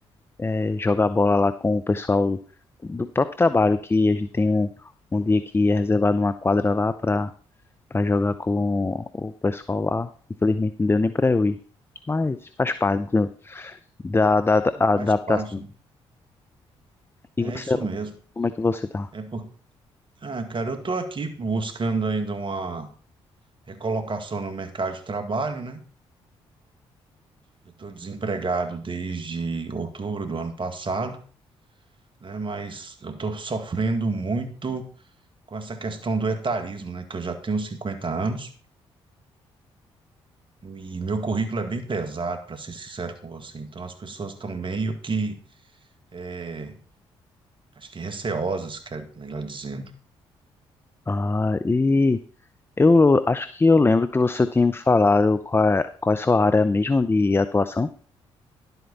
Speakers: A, on the left (about 20°); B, on the right (about 45°).
A: é, jogar bola lá com o pessoal do próprio trabalho, que a gente tem um, um dia que é reservado numa quadra lá para para jogar com o pessoal lá. Infelizmente não deu nem para eu ir, mas faz parte do- da, da, da adaptação.
B: Faz parte, né?
A: E
B: É
A: você,
B: isso
A: Alan?
B: mesmo.
A: como é que você tá?
B: É por... Ah, cara, eu tô aqui buscando ainda uma recolocação no mercado de trabalho, né? Eu tô desempregado desde outubro do ano passado, né? Mas eu tô sofrendo muito com essa questão do etarismo, né? Que eu já tenho 50 anos e meu currículo é bem pesado, para ser sincero com você. Então as pessoas estão meio que eh, acho que receosas, quer- melhor dizendo.
A: Ah, e eu acho que eu lembro que você tinha me falado qual é, qual é a sua área mesmo de atuação.